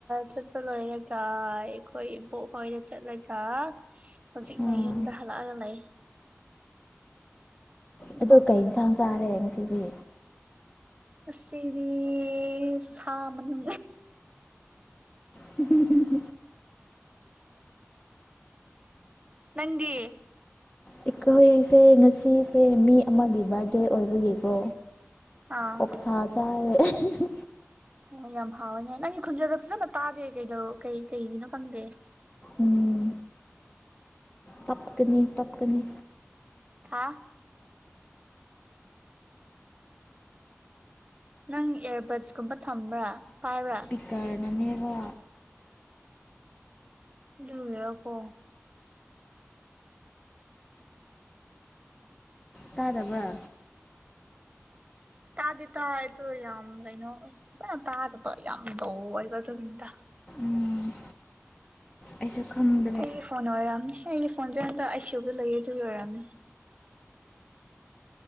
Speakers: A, on the right; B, on the left.
A: ꯆꯠꯄ ꯂꯣꯏ ꯥꯏ ꯑꯩꯈꯣꯏ ꯏꯕꯣꯛꯣꯏ ꯑꯣꯏꯅ ꯆꯠꯂꯒ ꯍꯧꯖꯤꯛꯅ
B: ꯎꯝ
A: ꯌꯨꯝꯗ ꯍꯜꯂꯛꯑꯒ ꯂꯩ
B: ꯑꯣ ꯀꯩ ꯏꯟꯁꯥꯡ ꯆꯥꯔꯦ ꯉꯁꯤ ꯎ
A: ꯑꯁꯤꯔꯤ ꯁꯥꯥ ꯃꯅ
B: ꯍꯝ ꯍꯝ
A: ꯅꯪꯗꯤ
B: ꯑꯩꯈꯣꯏꯁꯦ ꯉꯁꯤꯁꯦ ꯃꯤ ꯑꯃꯒꯤ ꯕꯥꯔꯗꯦ ꯑꯣꯏꯕꯒꯤꯀꯣ
A: ꯑꯥ
B: ꯑꯣꯛꯁꯥꯥ ꯆꯥꯌꯦ ꯑꯍꯦꯍꯦ
A: ꯑꯣ ꯌꯥꯝ ꯍꯥꯎꯋꯦꯅꯦ ꯅꯪꯒꯤ ꯈꯣꯟꯖꯦꯟꯗꯣ ꯐꯖꯅ ꯇꯥꯗꯦ ꯀꯩꯗꯧ ꯀꯩ ꯀꯩꯒꯤꯅꯣ ꯈꯪꯗꯦ
B: ꯎꯝ ꯇꯞꯀꯅꯤ ꯇꯞꯀꯅꯤ
A: ꯍꯥ ꯅꯪ ꯑꯦꯔꯕꯠꯁ ꯀꯨꯝꯕ ꯊꯝꯕ꯭ꯔꯥ ꯄꯥꯏꯕ꯭ꯔꯥ
B: ꯄꯤꯀꯔꯅꯅꯦꯕ
A: ꯑꯗꯨꯔꯣꯄꯣ
B: ꯇꯥꯗꯕ꯭ꯔꯥ
A: ꯇꯥꯗꯤ ꯇꯥꯏ ꯑꯇꯣ ꯌꯥꯝ ꯀꯩꯅꯣ ꯇꯥ ꯌꯥꯝꯗꯧ ꯑꯣꯏꯕ ꯇ ꯃꯤꯗ
B: ꯎꯝ ꯑꯩꯁꯨ ꯈꯪꯗ꯭ꯔꯦ
A: ꯑꯩ ꯐꯣꯟ ꯑꯣꯏꯔꯝꯅꯤ ꯑꯩꯒꯤ ꯐꯣꯟꯁꯦ ꯍꯟꯗꯛ ꯑꯩ ꯁꯤꯕ ꯂꯩꯌꯦ ꯑꯗꯨꯒꯤ ꯑꯣꯏꯔꯝꯅꯤ